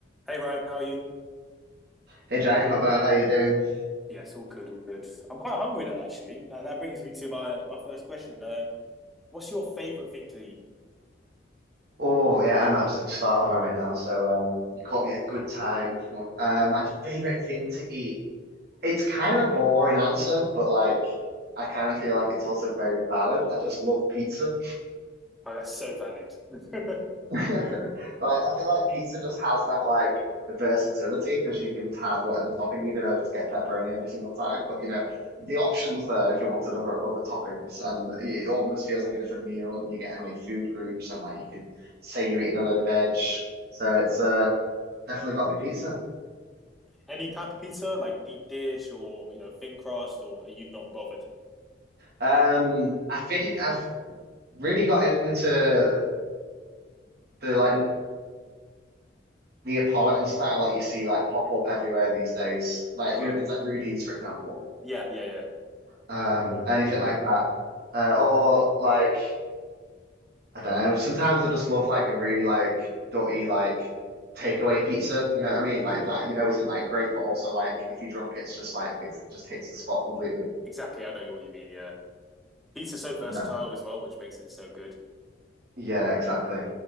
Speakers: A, in the centre; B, on the right (about 55°).
A: Hey Ryan, how are you?
B: Hey Jack, not bad. How you doing?
A: Yes, all good, all good. I'm quite hungry though, actually. That, that brings me to my my first question. Uh, what's your favorite thing to eat?
B: Oh yeah, I'm absolutely starving right now. So um, you caught me at a good time. What- Uh, my favorite thing to eat. It's kind of a boring answer, but like I kind of feel like it's also very valid. I just love pizza.
A: Oh, that's so valid. <laughs>
B: <laughs> like, I feel like pizza just has that like versatility because you can have whatever topping, even though just get pepperoni every single time. But you know, the options there if you wanted other other toppings, and it almost feels like a different meal, and you're getting all your food groups, and like you can say you're eating a lot of veg. So it's uh, definitely got to be pizza.
A: Any type of pizza, like deep dish or you know thin crust, or are you not bothered?
B: Um, I think I've really got into the like Neapolitan style that you see like pop up everywhere these days. Like,
A: Uh,
B: have you ever been to like Rudy's, for example?
A: yeah, yeah,
B: um, anything like that. Uh, or like I don't know. Sometimes I just love like a really like dirty like takeaway pizza. You know what I mean? Like
A: yeah.
B: that.
A: <laughs>
B: You know, isn't like great, but also like if you're drunk, it's just like it just hits the spot completely.
A: Exactly. I know what you mean. Yeah, pizza's so versatile
B: Uh,
A: as well, which makes it so good.
B: yeah, exactly.